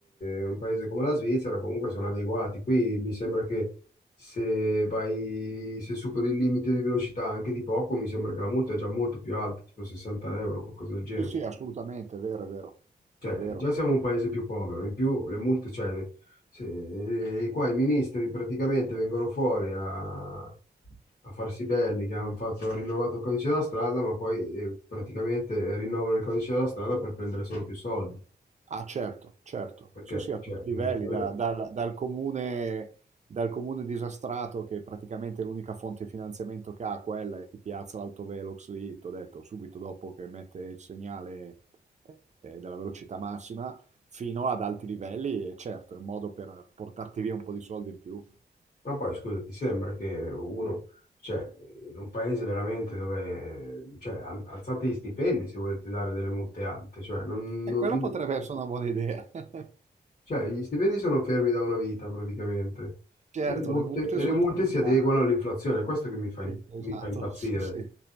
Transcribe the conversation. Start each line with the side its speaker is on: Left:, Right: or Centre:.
Left: in un paese come la Svizzera comunque sono adeguati. Qui mi sembra che se vai, se superi il limite di velocità anche di poco, mi sembra che la multa è già molto più alta, tipo 60 euro, qualcosa del genere.
Right: Sì, sì, assolutamente, è vero, è vero,
Left: Cioè,
Right: è vero.
Left: già siamo un paese più povero, in più le multe, cioè, se- eh, qua i ministri praticamente vengono fuori a, a farsi belli che hanno fatto, rinnovato il codice della strada, ma poi eh, praticamente rinnovano il codice della strada per prendere solo più soldi.
Right: Ah, certo, certo.
Left: Perché,
Right: Sì, sì, a tutti
Left: cioè,
Right: i
Left: eh,
Right: livelli,
Left: sarebbe...
Right: da- dal, dal comune, dal comune disastrato che praticamente l'unica fonte di finanziamento che ha quella e ti piazza l'autovelox lì, t'ho detto, subito dopo che mette il segnale eh, della velocità massima, fino ad alti livelli, e certo, è un modo per portarti via un po' di soldi in più.
Left: Ma poi, scusa, ti sembra che uno, cioè, in un paese veramente dove, cioè, al- alzate gli stipendi se volete dare delle multe alte, cioè, non,
Right: E
Left: non-
Right: quella potrebbe essere una buona idea. <laughs>
Left: Cioè, gli stipendi sono fermi da una vita praticamente
Right: Certo,
Left: e le multe,
Right: le multe
Left: e
Right: sono
Left: le multe
Right: triplicate.
Left: si adeguano all'inflazione, questo che mi fa,
Right: Sì,
Left: mi
Right: esatto,
Left: fa impazzire.
Right: sì, sì.